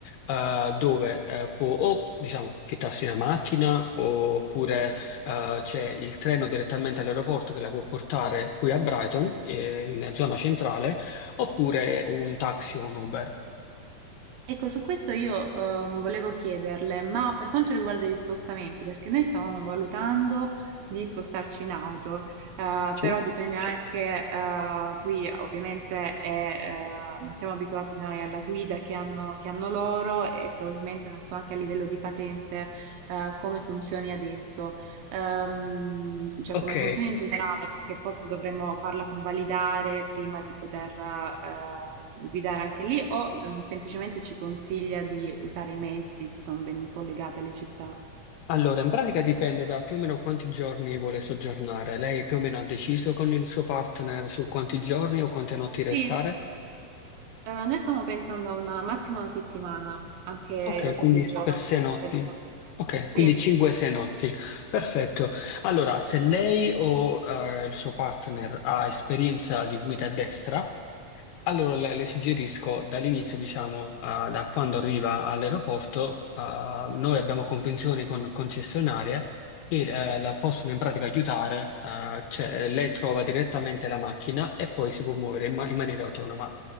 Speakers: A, on the left (about 80°); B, on the right (about 80°).
A: eh, dove eh, può o diciamo, fittarsi una macchina oppure eh, c'è il treno direttamente all'aeroporto che la può portare qui a Brighton, eh, in zona centrale, oppure un taxi o un Uber.
B: Ecco, su questo io ehm, volevo chiederle, ma per quanto riguarda gli spostamenti, perché noi stavamo valutando di spostarci in auto, eh,
A: Sì.
B: però dipende anche, eh, qui ovviamente è, eh, non siamo abituati noi alla guida che hanno, che hanno loro e probabilmente non so anche a livello di patente eh, come funzioni adesso. Ehm, cioè
A: Ok,
B: come funziona in generale, perché forse dovremmo farla convalidare prima di poter ehm, guidare anche lì, o ehm, semplicemente ci consiglia di usare i mezzi se sono ben collegate le città.
A: allora in pratica dipende da più o meno quanti giorni vuole soggiornare. Lei più o meno ha deciso con il suo partner su quanti giorni o quante notti restare?
B: Sì, eh, noi stiamo pensando a una massima una settimana, anche in
A: Ok,
B: realtà
A: quindi
B: sei
A: s-
B: giorni,
A: per sei
B: cinque
A: notti.
B: notti.
A: Ok,
B: Sì,
A: quindi 5-6 notti. Perfetto. Allora, se lei o eh, il suo partner ha esperienza di guida a destra, Allora le, le suggerisco dall'inizio, diciamo, eh, da quando arriva all'aeroporto, eh, noi abbiamo convenzioni con concessionarie che eh, la possono in pratica aiutare, eh, cioè lei trova direttamente la macchina e poi si può muovere in, ma- in maniera autonoma.